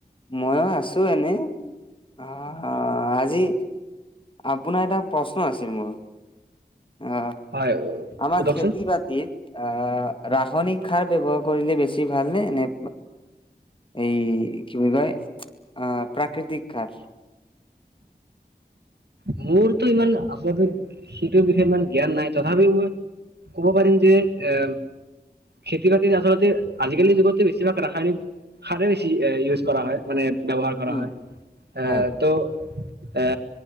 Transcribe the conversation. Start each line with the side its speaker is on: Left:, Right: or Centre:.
Left: মই আছো এনে অ আজি আপোনাৰ এটা প্ৰশ্ন আছিল মোৰ অ
Right: হয়
Left: আমাৰ
Right: সোধকচোন
Left: খেতি বাতিত আ ৰাস ৰাাসনিক সাৰ ব্যৱহাৰ কৰিলে বেছি ভালনে নে এই কি বুলি কয়? আহ প্ৰাকৃতিক কাৰ
Right: মোৰতো ইমান আচলতে সেইটোৰ বিষয়ে ইমান জ্ঞান নাই তথাপিও মই কব পাৰি যে এ খেতি বাতিত আচলতে আজিকালি যুগতো বেছিভাগ ৰাসায়নিক সাৰ বেছি ইউজ কৰা হয় মানে ব্যৱহাৰ কৰা
Left: উম
Right: হয় এ
Left: হয়
Right: তো এ